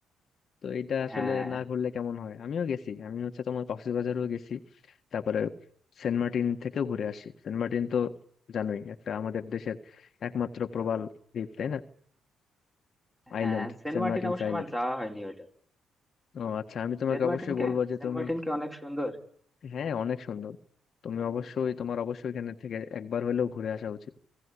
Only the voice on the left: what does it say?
তো এটা আসলে
না ঘুরলে কেমন হয় আমিও গেছি আমি হচ্ছে তোমার কক্সবাজারও গেছি তারপরে সেন্ট মার্টিন থেকেও ঘুরে আসি সেন্ট মার্টিন তো জানোই একটা আমাদের দেশের একমাত্র প্রবাল দ্বীপ তাই না Island
Saint
Martin's
island
ও আচ্ছা আমি তোমাকে
অবশ্যই
বলবো যে
তুমি
হ্যাঁ অনেক সুন্দর তুমি অবশ্যই তোমার অবশ্যই এখানে থেকে একবার হলেও ঘুরে আসা উচিত